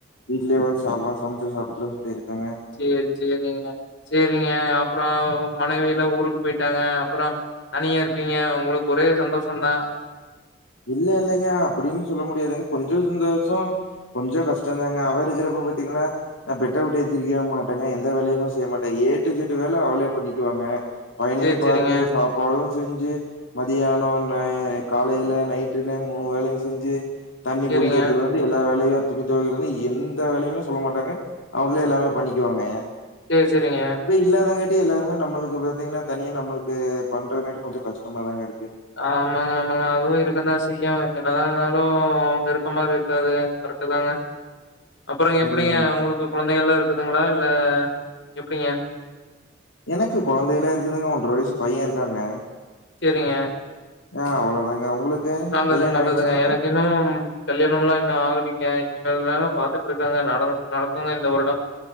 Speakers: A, on the left; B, on the left.
A: வீட்லயே <unintelligible> சாப்புலா சமச்சு சாப்ட்டுக்லா சொல்லி இருக்கேங்க
B: சேரி சேரிங்க சேரிங்க அப்றோ மனைவிலா ஊருக்கு போயிட்டாங்க அப்றோ தனியா இருப்பீங்க உங்களுக்கு ஒரே சந்தோஷந்தா
A: இல்ல இல்லங்க அப்டின் சொல்ல முடியாதுங்க கொஞ்சோ சந்தோஷோ கொஞ்சோ கஷ்டந்தாங்க அவ இருக்கிறப்ப பாத்தீங்னா நா பெட்ட விட்டு எந்திரிக்கவே மாட்டேங்க எந்த வேலையுமே செய்ய மாட்டே ஏ டூ ஜட்டு வேல அவளே பண்ணிக்குவாங்க பையனையும்
B: சேரி
A: பாத்து
B: சேரிங்க
A: சாப்பாடு செஞ்சு மதியானோ நை காலைல நைட்டுனு மூனு வேளையு செஞ்சு தண்ணி
B: சேரிங்க
A: புடிக்கிறதுல ந்து எல்லா வேலையு துணி தொவக்கிறதுலந்து எந்த வேலையுமே சொல்ல மாட்டாங்க அவுங்களே எல்லாமே பண்ணிக்குவாங்க
B: சேரி சேரிங்க
A: அவ இல்லாதங்காட்டி எல்லாருமே நம்மளுக்கு பாத்தீங்கன்னா தனியா நம்மளுக்கு பண்றங்காட்டி கொஞ்சோ கஷ்டமா தாங்க இருக்கு
B: ஆமாங்க ஆமாங்க அதுவு இருக்க தா செய்யு என்ன தா இருந்தாலு அவுங்க இருக்கற மாரி இருக்காது கரெக்ட்டு தாங்க அப்பறங்க எப்டிங்க
A: ம்
B: உங்களுக்கு குழந்தைள்கள்லா இருக்குதுங்ளா இல்ல எப்டிங்க
A: எனக்கு கொழந்தையெல்லா இருக்குதுங்க ஒன்ற வயசுப் பைய இருக்காங்க
B: செரிங்க
A: ஆ அவ்வளோதாங்க. உங்களுக்கு?
B: நல்லதுங்க
A: கல்யாணம்
B: நல்லதுங்க
A: ஆயிடுச்சுங்களா?
B: எனக்கு இன்னும் கல்யாணம்லா இன்னு ஆகலீங்க இனிமேல்தாங்க பாத்துட்டு இருக்காங்க <unintelligible> நடக்குங்க இந்த வருடம்